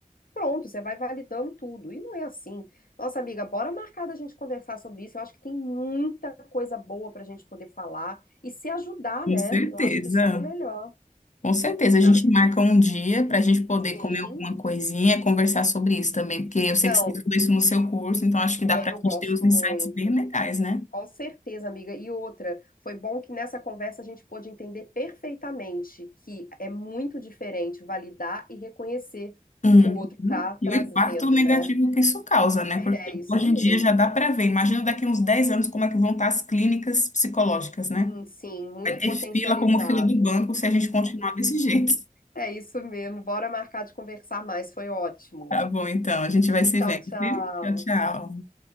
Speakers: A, on the left; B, on the left.
A: pronto, você vai validando tudo. E não é assim, nossa, amiga, bora marcar da gente conversar sobre isso. Eu acho que tem muita coisa boa para a gente poder falar e se ajudar,
B: com
A: né?
B: certeza.
A: Eu acho que isso que é o melhor.
B: Com certeza. A gente
A: Ah,
B: marca um dia para a gente poder
A: Sim.
B: comer alguma coisinha, conversar sobre isso também, porque eu sei
A: Não,
B: que você estudou isso no seu curso, então acho que dá
A: é,
B: para
A: eu
B: a
A: gosto
B: gente ter uns insights
A: muito.
B: bem legais, né?
A: Com certeza, amiga. E outra, foi bom que nessa conversa a gente pôde entender perfeitamente que é muito diferente validar e reconhecer o
B: Uhum.
A: que o outro está trazendo,
B: E o impacto negativo
A: né?
B: que isso causa,
A: <laughs>
B: né?
A: É
B: Porque
A: isso
B: hoje
A: mesmo.
B: em dia já dá para ver. Imagina daqui uns 10 anos como é que vão estar as clínicas psicológicas, né?
A: Hum, Sim, muito
B: Vai ter
A: potencializado.
B: fila como fila do banco se a gente continuar desse jeito. <laughs>
A: É isso mesmo. Bora marcar de conversar mais. Foi ótimo.
B: Tá bom, então, a gente vai se
A: Tchau,
B: vendo,
A: tchau.
B: viu? Tchau, tchau.